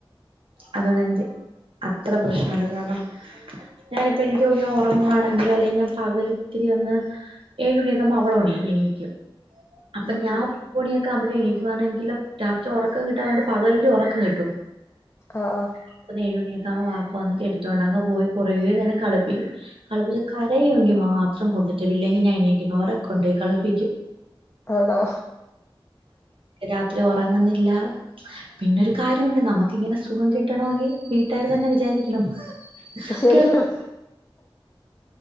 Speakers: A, on the right; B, on the left.
A: അതോണ്ട് എനിക്ക് അത്ര പ്രശ്നല്ല. കാരണം ഞാനിപ്പോ എനിക്ക് പിന്നെ ഒറങ്ങുവാണെങ്കിലും അല്ലെങ്കിൽ ഞാൻ പകലിത്തിരി ഒന്ന് ഏഴ് മണിയൊക്കാകുമ്പോ അവളോ എണീക്കും അപ്പൊ
B: ഉം
A: ഞാൻ
B: ഉം
A: <unintelligible> ക്കാമ്പം ഞാ എണീക്കും. കാരണം എനിക്കില്ലെ രാത്രി ഒറക്കം കിട്ടാത്തോണ്ട് പകൽല് ഒറക്കം കിട്ടും
B: ആ ആ
A: ഇപ്പൊന്ന് എഴ് മണിയാ ക്കാവുമ്പം വാപ്പ വന്ന് എടുത്തോണ്ടങ്ങ് പോയി കുറേ നേരം കളപ്പിക്കും. കളിപ്പിച്ച് കരയൊങ്കി മാത്രം കൊണ്ട് തരും. ഇല്ലെങ്കിൽ ഞാൻ എണീക്ക്ണോരെ കൊണ്ടോയി കളിപ്പിക്കും
B: ആണോ
A: രാത്രി ഒറങ്ങ്ന്നില്ല അപിന്നൊരു കാര്യൊണ്ട് നമുക്കിങ്ങനെ സു സുഖം കിട്ടണമെങ്കി വീട്ടുകാര് തന്നെ വിചാരിക്കണം
B: ശരിയാ
A: കിടന്ന്